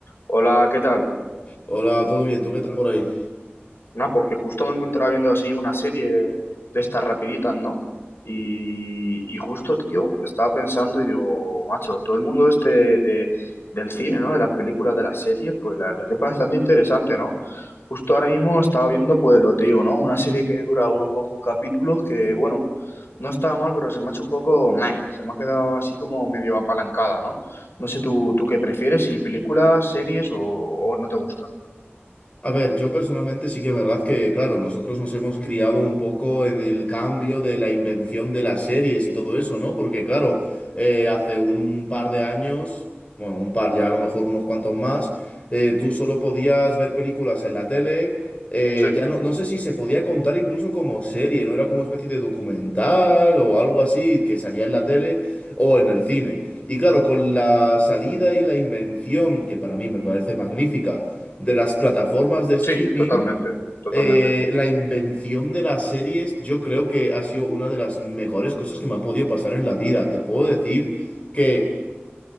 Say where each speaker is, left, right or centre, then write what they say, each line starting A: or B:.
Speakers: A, on the left; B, on the left.
A: Hola, ¿qué tal?
B: Hola, ¿todo bien? ¿Tú qué tal por ahí?
A: No, pues que justo me encontraba viendo así una serie de estas rapiditas, ¿no? Y, y justo, tío, estaba pensando y digo, macho, todo el mundo este de, del cine, ¿no? De las películas, de las series, pues la verdad que es bastante interesante, ¿no? Justo ahora mismo estaba viendo, pues lo te digo, ¿no? Una serie que dura unos pocos capítulos que, bueno, no estaba mal, pero se me ha hecho un poco, meh, se me ha quedado así como medio apalancada, ¿no? No sé tú, tú qué prefieres, si películas, series o, o no te gusta.
B: A ver, yo personalmente sí que es verdad que, claro, nosotros nos hemos criado un poco en el cambio de la invención de las series y todo eso, ¿no? Porque, claro, eh, hace un par de años, bueno, un par ya, a lo mejor unos cuantos más, eh, tú solo podías ver películas en la tele, eh,
A: Sí.
B: ya no, no sé si se podía contar incluso como serie, no era como especie de documental o algo así que salía en la tele o en el cine. Y claro, con la salida y la invención, que para mí me parece magnífica, de las plataformas de streaming,
A: Sí, totalmente, totalmente.
B: eh, la invención de las series, yo creo que ha sido una de las mejores cosas que me ha podido pasar en la vida. Te puedo decir que